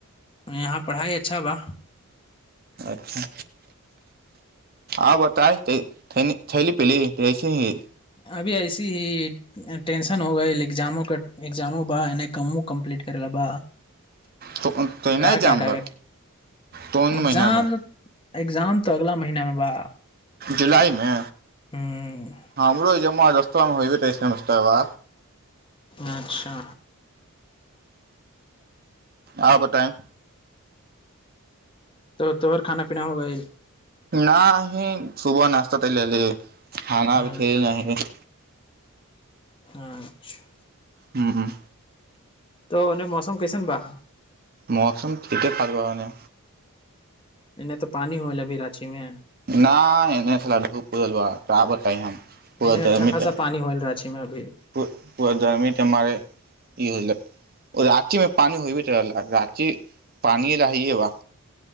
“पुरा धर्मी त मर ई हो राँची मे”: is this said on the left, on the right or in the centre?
Right